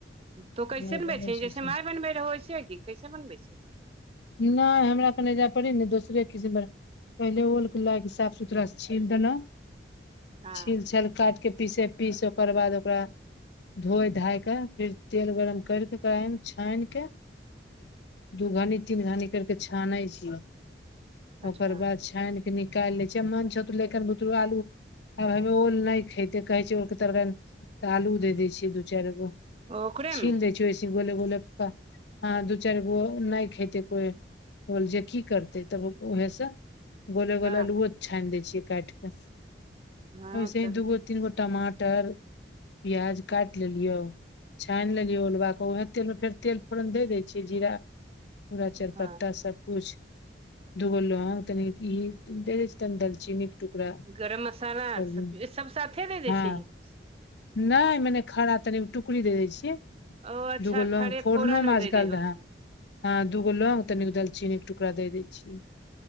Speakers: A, on the right; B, on the left.
A: तू कैसे
B: नहि
A: बनबै छीहीं।
B: छी
A: जैसे
B: सब
A: माय बनबै रहौ। वैसे ही की कैसे बनबै छीही।
B: नय हमरा कनी अय जा पड़इ ने दोसरे किसिम बनै पहिले ओलके लैके साफ सुथरा छील। देेलौ
A: हँ
B: छील छाल काट। के पीसे पीस ओकर बाद ओकरा धोए धायक फेर तेल गरम करिक ओकरा अईमे छानि क दू घानी तीन घानी करके छानै छी
A: अच्छा
B: ओकर बाद छान केऽ निकालि लै छी मन छौ त लेकर बुतरू आलू <unintelligible> ओल नै खेतै कहै छै ओलके तरऽ आलू दे दै छियै दू चारि गो
A: ओकरेमे
B: छील दै छीयै वौसे गोले गोले क हँ दू चारि गो नाय खैतै कोल जे की करतै तब ओहसँ गोल
A: हँ
B: गोल अलुये छानि दै छियै काटिक
A: हँ
B: ऐसे
A: तब
B: ही दूगो
A: की
B: तीन गो टमाटर पियाज काटि लेलियौ छानि लेलियै उलुआ क उहे तेल मे फेर तेल फोरन दे दै छियै जीरा पूरा चारपत्ता
A: हँ
B: सब कुछ दूगो लोंग तनिक ई दैनी दलचीनी टुकरा
A: गरम मसाला
B: सब
A: आर
B: दिन
A: सब साथे दे दै
B: हँ
A: छीही
B: नै मेने खड़ा तनि टुकड़ी दे दय छियै
A: ओ अच्छा
B: दूगो लोंग
A: खड़े
B: फोड़नो
A: फोरन
B: मे आज
A: दे
B: कल्ह
A: दे होबही
B: रहए हँ दूगोलोंग तनिक दल चीनी के टुकड़ा दे दै छी